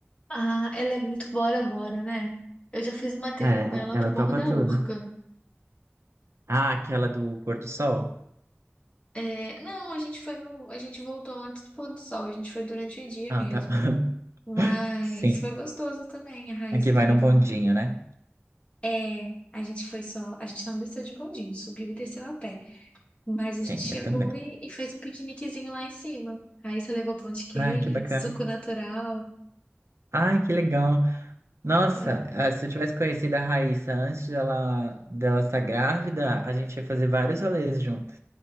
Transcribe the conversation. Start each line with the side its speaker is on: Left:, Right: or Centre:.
Left: Ah, ela é muito bora bora, né? Eu já fiz uma trilha
Right: É,
Left: com ela
Right: ela
Left: pro Morro
Right: topa
Left: da
Right: tudo.
Left: Urca.
Right: Ah, aquela do pôr do sol?
Left: É, não, a gente foi no, a gente voltou antes do pôr do sol, a gente foi durante o dia
Right: Ah,
Left: mesmo.
Right: tá. <laughs>
Left: Mas
Right: Sim.
Left: foi gostoso também, a Raíssa
Right: Aqui
Left: também
Right: vai no
Left: tava.
Right: bondinho, né?
Left: É, a gente foi só, a gente não desceu de bondinho, subiu e desceu a pé. Mas
Right: Sim,
Left: a gente chegou
Right: eu também.
Left: e, e fez um piqueniquezinho lá em cima. A Raíssa levou pão de queijo,
Right: Ai, que bacana.
Left: suco natural.
Right: Ai, que legal. Nossa,
Left: É.
Right: ah, se eu tivesse conhecido a Raíssa antes dela, dela estar grávida, a gente ia fazer vários rolês juntos.